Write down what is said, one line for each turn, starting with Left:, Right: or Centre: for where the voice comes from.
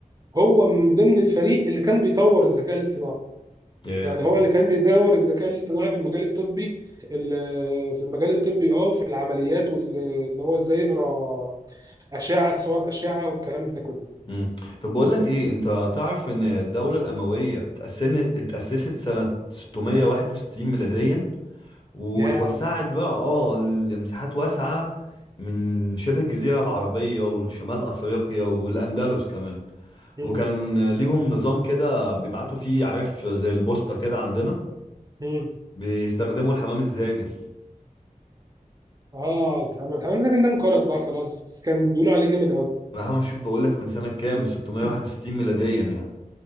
Right: هو من ضمن الفريق اللي كان بيطور الذكاء الاصطناعي
Left: yeah.
Right: يعني هو اللي كان بيدور الذكاء الاصطناعي في المجال الطبي ال- في المجال الطبي اه وفي العمليات وان هو ازاي يقرا اشعه صور اشعه والكلام ده كله
Left: امم طب بقول لك ايه انت تعرف ان الدولة الأموية اتأسست اتأسست سنة 661 ميلاديا وتوسعت
Right: يا
Left: بقى اه لمساحات واسعة من شبه الجزيرة العربية والشمال أفريقيا والأندلس كمان
Right: مم.
Left: وكان ليهم نظام كده بيبعتوا فيه عارف زي البوسطة كده عندنا
Right: مم.
Left: بيستخدموا الحمام الزاجل
Right: اه الحمد الحمد لله ده انقرض بقى خلاص بس كان بيقولوا عليه جامد قوي
Left: يا عم شوف بقول لك من سنة كام
Right: <laughs>
Left: 661 ميلاديا يعني